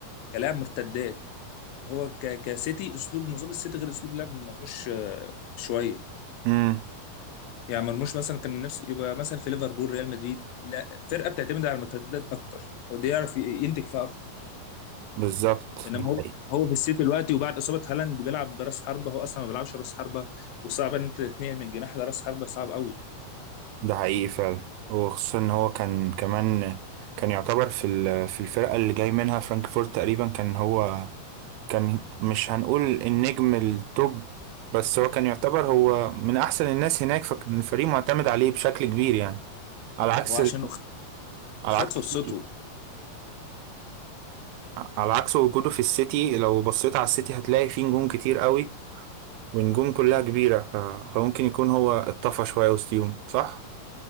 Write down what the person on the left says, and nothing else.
كلاعب مرتدات هو ك... كسيتي اسلوب نظام السيتي غير اسلوب لعب مرموش آه، شوية
يعني مرموش مثلا كان نفسه يبقى مثلا في ليفربول ريال مدريد لا فرقة بتعتمد على المرتدات اكتر هو ده يعرف ينتج فيها اكتر
انما
هو
هو في السيتي دلوقتي وبعد اصابه هالاند بيلعب براس حربه هو اصلا ما بيلعبش راس حربه وصعب ان انت تتنقل من جناح لراس حربه صعب قوي
وهو عشان
خد
فرصته